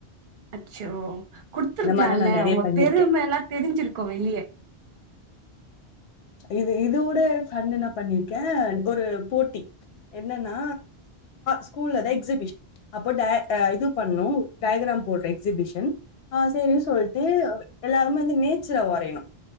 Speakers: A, on the right; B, on the left.
A: அச்சோ குடுத்துருக்கலாம்ல
B: இந்த மாரிலா நா நெறய
A: உங்க
B: பண்ணிருக்கே
A: பெருமை எல்லாம் தெரிஞ்சிருக்கும் வெளிய
B: இது இதோட ஃபண்ணு என்ன பண்ணிருக்கே ஒரு போட்டி என்னன்னா ஸ்கூல்ல தா எக்ஸிபிஷன் அப்போ டய இது பண்ணு டயகிராம் போடுற எக்ஸிபிஷன் ஆஹ் சரின்னு சொல்ட்டு எல்லாருமே வந்து நேச்சர வரயணு